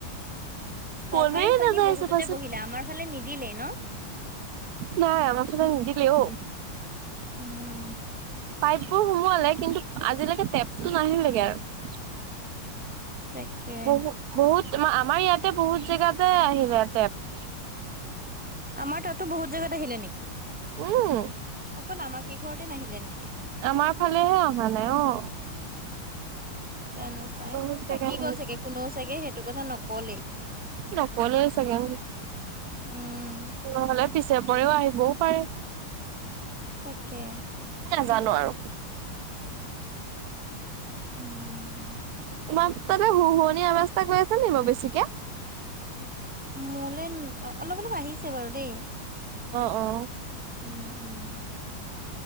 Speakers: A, in the centre; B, on the right (about 80°).
A: চৰকাৰী
B: মনেই
A: পানী
B: নাযায়
A: বহুততে
B: চাবাচোন
A: বহিলে আমাৰ ফালে নিদিলেই ন।
B: নাই আমাৰ ফালে নিদিলে অ
A: উম।
B: পাইপ বোৰ সোমোৱালে। কিন্তু আজিলৈকে টেপতটো নাহিল লেগে আৰু।
A: তাকে।
B: বহু বহুত আমাৰ ইয়াতে বহুত জেগাতে আহিলে টেপ।
A: আমাৰ তাতো বহুত জেগাত আহিলে নেকি।
B: উম।
A: অকল আমাৰ কেই ঘৰতে নাহিলে, নেকি।
B: আমাৰ ফালেহে অহা নাই, অ'।
A: জানো পাই,
B: বহুত
A: থাকি
B: জেগাত
A: গ'ল
B: আহিলে।
A: চাগে, কোনেও চাগে সেইটো কথা নকলেই।
B: নকলে চাগে
A: উম
B: নহ'লে পিছে পৰেও, আহিবও পাৰে।
A: তাকেই।
B: নাজানো আৰু
A: উম।
B: তোমাৰ তাতে শুহুৱনীয়া আৱাজ এটা গৈ আছে নি, বাৰু বেছিকে।
A: মোলৈ অলপ, অলপ আহিছে বাৰু দেই।
B: অ', অ'।
A: উম, উম।